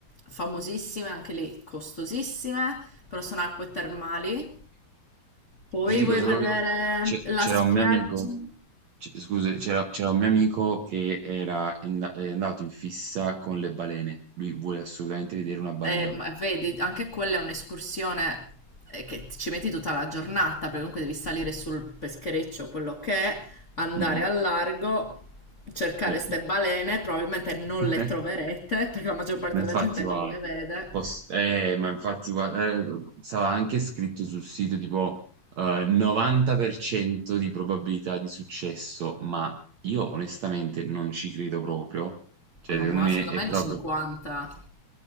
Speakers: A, on the left (about 45°); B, on the right (about 65°).
A: famosissime, anche lì costosissime, però sono acque termali. Poi
B: Ti dico
A: vuoi
B: solo
A: vedere
B: che c'è-
A: la
B: c'era
A: spiaggia?
B: un mio amico, c- scusa, c'era c'era un mio amico che era enda- è andato in fissa con le balene. Lui vuole assolutamente vedere una balena.
A: Eh, ma vedi, anche quella è un'escursione eh, che ci metti tutta la giornata, perché comunque devi salire sul peschereccio, quello che è, andare
B: Mhm,
A: al largo, cercare
B: certo.
A: ste balene, probabilmente non
B: <laughs>
A: le troverete, <laughs> perché la maggior parte
B: Ma infatti
A: della gente
B: guarda,
A: non le vede.
B: pos- eh, ma infatti guarda, eh, stava anche scritto sul sito tipo eh, 90% di probabilità di successo, ma io onestamente non ci credo proprio. Cioè,
A: Oh, mamma,
B: secondo
A: ma
B: me
A: secondo
B: è
A: me
B: proprio,
A: il 50